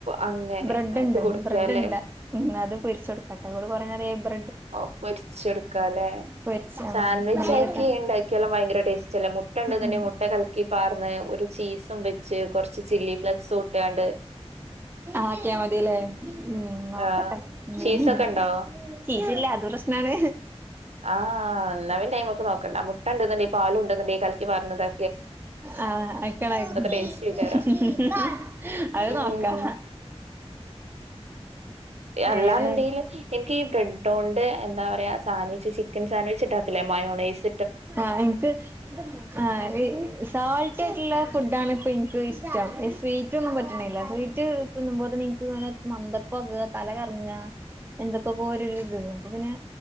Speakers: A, on the right (about 75°); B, on the right (about 20°).
A: അങ്ങനെ
B: ബ്രെഡ്ണ്ട്
A: അത് കൊടുക്കല്ലേ
B: ബ്രെഡ്ണ്ട് ഉം അത് പൊരിച്ചു കൊടുക്കട്ടെടെ ഓള് കൊറേ നേരായി ബ്രെ
A: ഓക്ക് പൊരിച്ചൊടുക്കാല്ലേ
B: പൊരിച്ച
A: സാൻ വിച്ചാക്കി
B: മല്ലിയിലൊക്കെ
A: ണ്ടാക്ക്യാലും ഭയങ്കര ടേസ്റ്റല്ലേ മുട്ടണ്ട്ന്ന് ണ്ടെങ്കി
B: ഉം
A: മുട്ട കലക്കി പാർന്ന് പീസും വെച്ച് കൊറച്ച് ചില്ലി ഫ്ലെക്സ്ട്ടാണ്ട്
B: ആക്കിയാ മതില്ലേ ഉം നോക്കട്ടെ
A: ആഹ്
B: <unintelligible>
A: ചീസൊക്കെ ഇണ്ടോ?
B: അത് പ്രശ്നാണ്
A: ആ ന്ന പിന്നെ അയ്മക്ക് നോക്കണ്ട മുട്ട ണ്ട്ന്ന്ണ്ടെങ്കി പാലുണ്ട്ന്ന്ണ്ടെങ്കി കലക്കി പാർന്ന് താ
B: ആ <unintelligible>
A: ടേസ്റ്റ് എയ്ക്കാരം
B: അത്
A: ഉം
B: നോക്കാ
A: അല്ലാന്നുണ്ടെങ്കില്
B: ഏതായാലും
A: ഇൻക്കീ ബ്രെഡോണ്ട് എന്താ പറയാ സാൻവിച്ച് ചിക്കൻ സാൻവിച്ച്ണ്ടാക്കൂ ലേ മയനോയ്സ്
B: ആ ഇൻക്ക് ആ സാൾട്ടൊക്ക്ള്ളെ ഫുഡാണ് ഇപ്പ ഇൻക്കും ഇഷ് ടം സ്വീറ്റൊന്നും പറ്റണില്ല സ്വീറ്റ് തിന്നുമ്പോത്തിന് ൻക്ക്ങ്ങനെ മന്ദപ്പാക തല കറങ്ങ എന്തൊക്കൊക്കോരിരിത് അപ്പൊ പിന്നെ